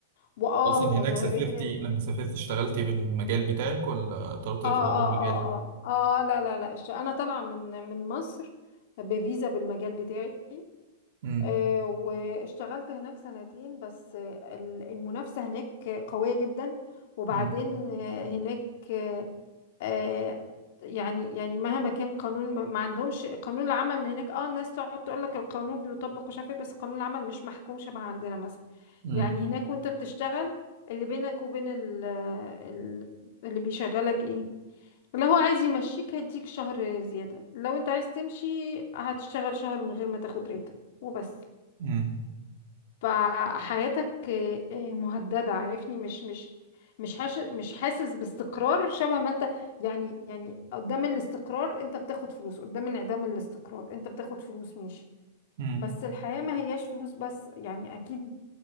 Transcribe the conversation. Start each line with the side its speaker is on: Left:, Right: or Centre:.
Left: واه
Right: اصلا
Left: هو
Right: هناك
Left: ظاهريا
Right: سافرتي لما سافرتي اشتغلتي بالمجال بتاعك ولا اضطريتي
Left: اه
Right: تغيري
Left: اه
Right: المجال
Left: اه اه اه آه، لا لا لا الش- انا طالعة من من مصر بفيزا بالمجال بتاعي
Right: امم
Left: آه، واشتغلت هناك سنتين بس آه، ال- المنافسة هناك قوية جدا وبعدين
Right: امم
Left: آه، هناك آه، آه، يعني يعني مهما كان قانون ما ما عندهمش قانون العمل هناك اه الناس تقعد تقول لك القانون بيطبق ومش عارف ايه بس قانون العمل مش محكوم شبه عندنا مثلا
Right: امم
Left: يعني هناك وانت بتشتغل اللي بينك وبين ال ال- اللي بيشغلك ايه لو هو عايز يمشيك هيديك شهر زيادة لو انت عايز تمشي هتشتغل شهر من غير ما تاخد راتب وبس
Right: امم
Left: فحياتك آه، آه، مهددة عارفني مش مش مش حاش مش حاسس باستقرار شبه ما انت يعني يعني قدام الاستقرار انت بتاخد فلوس قدام انعدام الاستقرار انت بتاخد فلوس ماشي
Right: أمم.
Left: بس الحياة ما هياش فلوس بس يعني اكيد